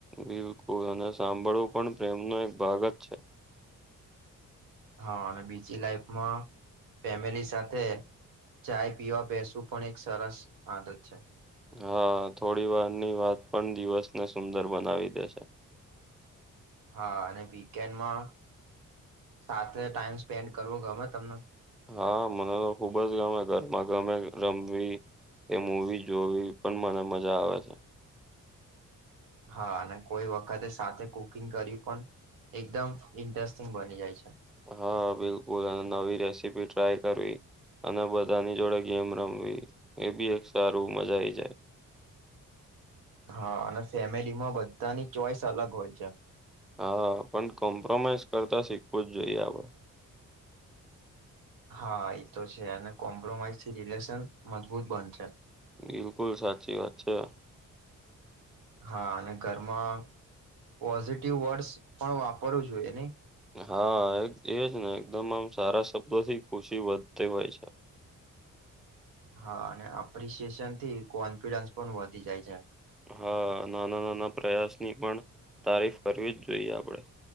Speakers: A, in the centre; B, on the right (about 80°).
A: બિલકુલ અને સાંભળવું પણ પ્રેમનો એક ભાગ જ છે.
B: હા અને બીજી લાઈફમાં ફેમિલી સાથે ચાય પીવા બેસવું પણ એક સરસ આદત છે.
A: હા, થોડીવારની વાત પણ દિવસને સુંદર બનાવી દેશે.
B: હા અને વીકેન્ડમાં સાથે ટાઈમ સ્પેન્ડ કરવો ગમે તમને?
A: હા મને તો ખુબ જ ગમે ઘરમાં ગમે રમવી કે મૂવી જોવી પણ મને મજા આવે છે.
B: હા અને કોઈ વખતે સાથે કુકિંગ કર્યું પણ એકદમ ઇન્ટરેસ્ટિંગ બની જાય છે.
A: હા બિલકુલ અને નવી રેસીપી ટ્રાય કરવી. અને બધાની જોડે ગેમ રમવી એ બી એક સારું મજા આવી જાય.
B: હા અને ફેમિલીમાં બધાની ચોઈસ અલગ હોય છે.
A: હા પણ કોમ્પ્રોમાઈઝ કરતા શીખવું જ જોઈએ આપણે
B: હા એતો છે અને કોમ્પ્રોમાઈઝથી રિલેશન મજબૂત બનશે.
A: બિલકુલ સાચી વાત છે.
B: હા અને ઘરમાં પોઝિટિવ વર્ડસ પણ વાપરવું જોઈએ નહી?
A: હા એક એ જ ને એકદમ આમ સારા શબ્દોથી ખુશી વધતી હોય છે.
B: હા અને એપ્રિશિએશનથી કોન્ફિડન્સ પણ વધી જાય છે.
A: હા નાના નાના પ્રયાસની પણ તારીફ કરવી જ જોઈએ આપડે.